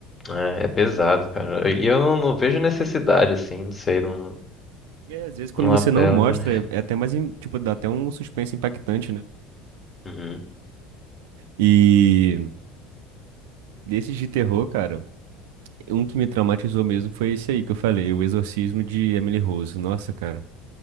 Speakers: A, on the left (about 25°); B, on the right (about 80°).
A: é, é pesado, cara. E eu não, não vejo necessidade, assim, não sei, não,
B: É, às vezes quando
A: não
B: você
A: apela
B: não mostra,
A: pra mim.
B: é é até mais, im- tipo, dá até um suspense impactante, né?
A: Uhum.
B: E desses de terror, cara. Um que me traumatizou mesmo foi esse aí que eu falei, O Exorcismo de Emily Rose. Nossa, cara.